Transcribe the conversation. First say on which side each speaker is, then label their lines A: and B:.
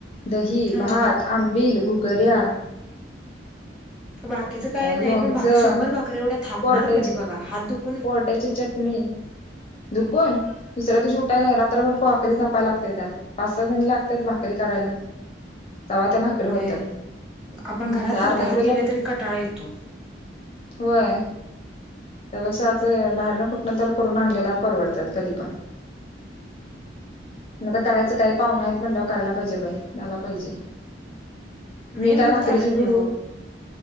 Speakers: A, on the left (about 35°); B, in the centre.
A: दही
B: हा
A: भात, आमटी आंबिल घुगर्या
B: बाकीचं काय नाही
A: लोणचं
B: पण शंभर भाकरीे एवढ्या थापणार
A: कोरट्याची
B: कधी बघा हात दुख
A: कोरट्याची चटणी दुकून दुसऱ्या दिवशी उठायला रात्रभर भाकरी थापायला लागतेत्या पाच सहा जणी लागतात भाकरी करायला. तवा त्या भाकरी
B: होय
A: होत्यात
B: आपण घरातच
A: त्या अर्धा
B: दहा
A: किलोच्या
B: केल्या तरी कंटाळा येतो.
A: होय. त्यापेक्षा आ बाहेरन कुठन तर करून आणलेला परवडतात कधी पण आता करायचं काय पाहूण आहेत म्हणल्यावर करायला पाहिजे. बाई जायला पाहिजे. मी
B: नाही म्हणून
A: काय भाकरीची
B: चालत
A: घेवू
B: नाही हो